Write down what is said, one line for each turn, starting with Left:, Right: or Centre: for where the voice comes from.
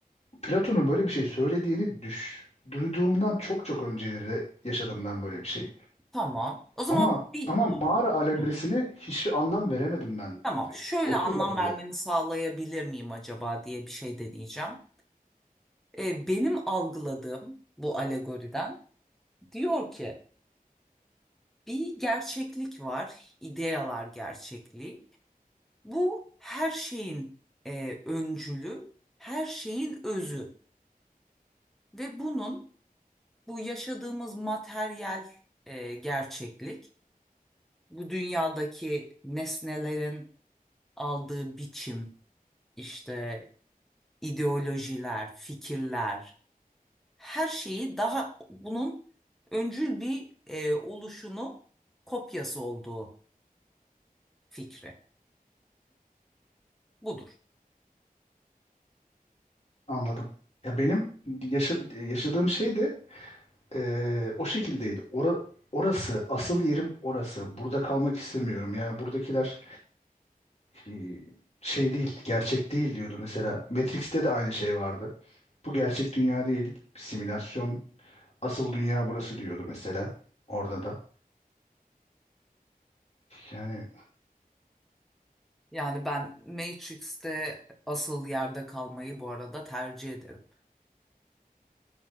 Left: Platon'un böyle bir şey söylediğini düş duyduğumdan çok çok önceleri de yaşadım ben böyle bir şeyi.
Centre: Tamam. O zaman
Left: Ama
Centre: bir...
Left: ama mağara alegorisini
Centre: Hı.
Left: hiçbir anlam veremedim ben.
Centre: Tamam, şöyle
Left: Oturmadı
Centre: anlam
Left: bile.
Centre: vermeni sağlayabilir miyim acaba diye bir şey deneyeceğim. Ee, benim algıladığım bu alegoriden diyor ki bir gerçeklik var, ideyalar gerçekliği. Bu her şeyin e, öncülü, her şeyin özü ve bunun bu yaşadığımız materyal e, gerçeklik, bu dünyadaki nesnelerin aldığı biçim, işte ideolojiler, fikirler her şeyi daha bunun öncül bir e, oluşunu kopyası olduğu fikri. Budur.
Left: Anladım. Ya benim yaşa- yaşadığım şey de eee, o şekildeydi. Ora, orası, asıl yerim orası. Burada kalmak istemiyorum. Yani buradakiler eee, şey değil, gerçek değil diyordu mesela. Matrix'te de aynı şey vardı. Bu gerçek dünya değil, bir simülasyon. Asıl dünya burası diyordu mesela. Orada da. Yani
Centre: Yani ben Matrix'te asıl yerde kalmayı bu arada tercih ederim.